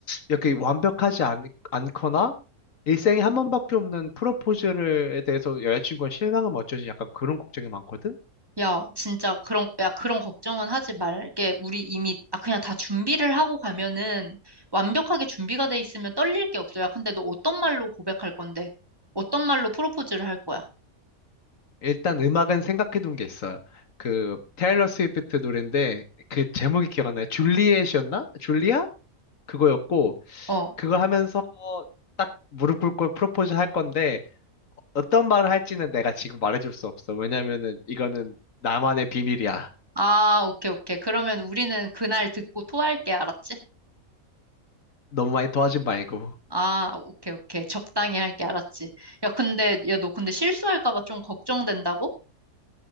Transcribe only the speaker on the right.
야, 진짜 그런, 야, 그런 걱정은 하지 말게. 우리 이미, 아, 그냥 다 준비를 하고 가면은 완벽하게 준비가 돼 있으면 떨릴 게 없어. 야, 근데 너 어떤 말로 고백할 건데? 어떤 말로 프로포즈를 할 거야?
어.
아, 오케이, 오케이. 그러면 우리는 그날 듣고 토할게, 알았지?
아, 오케이, 오케이. 적당히 할게, 알았지? 야, 근데, 야, 너 근데 실수할까 봐 좀 걱정된다고?